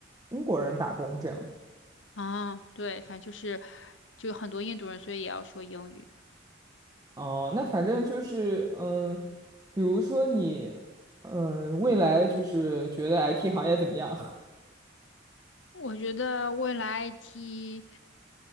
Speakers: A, on the right; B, on the left.
A: 英国人打工这样。
B: 啊，对，反正就是就很多印度人，所以也要说英语。
A: 哦、那反正就是嗯，比如说你嗯，未来就是觉得 IT 行业怎么样？
B: 我觉得未来 IT，